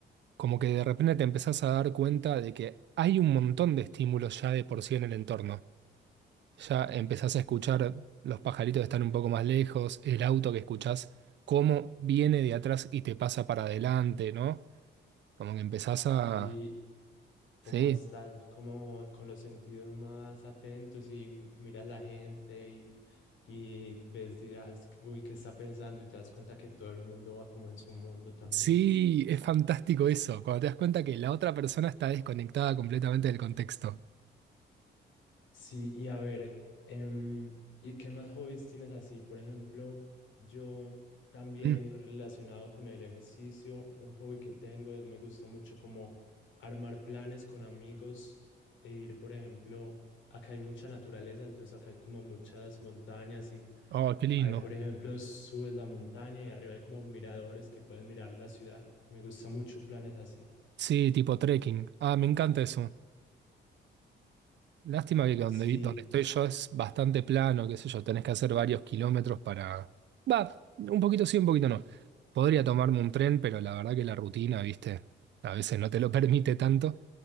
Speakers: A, on the right; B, on the left.
A: Como que de repente te empezás a dar cuenta de que hay un montón de estímulos ya de por sí en el entorno. Ya empezás a escuchar los pajaritos que están un poco más lejos, el auto que escuchás, cómo viene de atrás y te pasa para adelante, ¿no? Como que empezás a...
B: Sí, como
A: Sí,
B: estás como con los sentidos más atentos y m- miras la gente y, y ves, dirás, uy, ¿qué está pensando? Y te das cuenta que todo el mundo va como en su mundo también.
A: sí, es fantástico eso, cuando te das cuenta que la otra persona está desconectada completamente del contexto.
B: Sí, y a ver, em, ¿y qué más hobbies tienes así? Por ejemplo, yo también
A: Mm.
B: relacionado con el ejercicio, un hobby que tengo es me gusta mucho como armar planes con amigos e ir, por ejemplo, acá hay mucha naturaleza, entonces acá hay como muchas montañas y
A: Oh, qué lindo.
B: hay, por ejemplo, subes la montaña y arriba hay como miradores que puedes mirar la ciudad. Me gusta mucho planes así.
A: Sí, tipo trekking. Ah, me encanta eso. Lástima que donde,
B: Sí,
A: vi- donde estoy yo es bastante plano, qué sé yo, tenés que hacer varios kilómetros para... Va, un poquito sí, un poquito no. Podría tomarme un tren, pero la verdad que la rutina, viste, a veces no te lo <laughs> permite tanto.